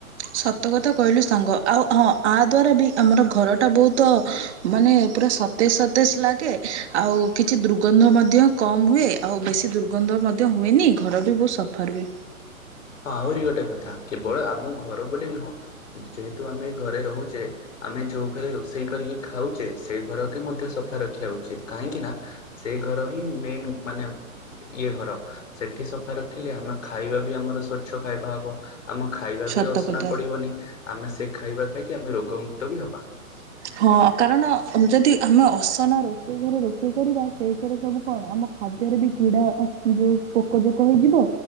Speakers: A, on the right (about 50°); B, on the left (about 60°).
A: ସତ କଥା କହିଲୁ ସାଙ୍ଗ ଆଉ ହଁ ଆ ଦ୍ୱାରା ବି ଆମର ଘରଟା ବହୁତ ମାନେ ପୁରା ସତେଜ ସତେଜ ଲାଗେ ଆଉ କିଛି ଦ୍ରୁଗନ୍ଧ ମଧ୍ୟ କମ୍ ହୁଏ ଆଉ ବେଶୀ ଦୁର୍ଗନ୍ଧ ମଧ୍ୟ ହୁଏନି ଘର ବି ବହୁତ ସଫା ରୁହେ।
B: ହଁ ଆହୁରି ଗୋଟେ କଥା କେବଳ ଆମ ଘର ବୋଲି ନୁହଁ ଯେହେତୁ ଆମେ ଘରେ ରହୁଛେ ଆମେ ଯୋଉ ଘରେ ରୋଷେଇ କରିକି ଖାଉଛେ ସେ ଘରକୁ ମଧ୍ୟ ସଫା ରଖିବା ଉଚିତ କାହିଁକିନା ସେଇ ଘର ହିଁ ମେନ୍ ମାନେ ଇଏ ଘର ସେଠି ସଫା ରଖିଲେ ଆମେ ଖାଇବାବି ଆମର ସ୍ୱଚ୍ଛ ଖାଇବା ହବ ଆମ ଖାଇବା
A: ସତ
B: ବି ଅସନା
A: କଥା।
B: ପଡିବନି ଆମେ ସେ ଖାଇବା ଖାଇକି ଆମେ ରୋଗମୁକ୍ତ ବି ହବା।
A: ହଁ କାରଣ ଯଦି ଆମେ ଅସନା ରୋଷେଇ ଘରେ ରୋଷେଇ କରିବା ସେଇଥିରେ ସବୁ କଣ ଆମ ଖାଦ୍ୟରେ ବି କିଡା ଓ ଯୋଉ ପୋକ ଜୋକ ହୋଇଯିବ